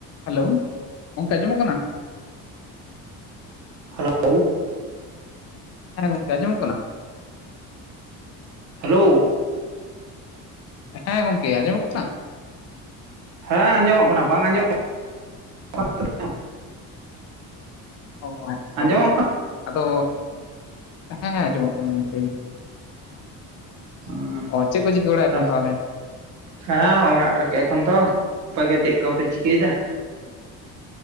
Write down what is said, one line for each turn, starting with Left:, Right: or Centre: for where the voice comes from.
Left: Hello ᱜᱚᱝᱠᱮ ᱟᱸᱡᱚᱢᱚᱜ ᱠᱟᱱᱟ?
Right: ᱦᱮᱞᱳ
Left: ᱦᱮᱸ ᱜᱚᱝᱠᱮ ᱟᱸᱚᱢᱚᱜ ᱠᱟᱱᱟ?
Right: ᱦᱮᱞᱳ
Left: ᱦᱮᱸ ᱜᱚᱝᱠᱮ ᱟᱸᱡᱚᱢᱚᱜ ᱠᱟᱱᱟ?
Right: ᱦᱮᱸ ᱟᱸᱡᱚᱢᱚᱜ ᱠᱟᱱᱟ ᱵᱟᱝ ᱟᱸᱡᱚᱢᱚᱜ ᱠᱟᱱᱟ,
Left: ᱚ ᱦᱮᱸ
Right: ᱟᱸᱡᱚᱢᱚᱜ
Left: ᱛᱚ ᱟᱫᱚ ᱦᱮᱸ ᱦᱮᱸ ᱟᱸᱡᱚᱢᱚᱜ ᱠᱟᱱᱟ ᱱᱤᱛᱫᱚ᱾
Right: ᱦ
Left: ᱚ ᱪᱮᱫ ᱠᱚ ᱪᱤᱠᱟᱹ ᱵᱟᱲᱟᱭ ᱦᱩᱭᱩᱜ
Right: ᱛᱟᱥ
Left: ᱠᱟᱱᱟ ᱛᱟᱦᱚᱞᱮ
Right: <inaudible> ᱦᱮᱸ ᱚᱲᱟᱜ ᱨᱮᱜᱮ ᱮᱠᱷᱚᱱ ᱫᱚ ᱟᱯᱮ ᱜᱮ ᱪᱮᱫ ᱠᱚᱯᱮ ᱪᱤᱠᱟᱹᱭᱮᱫᱟ?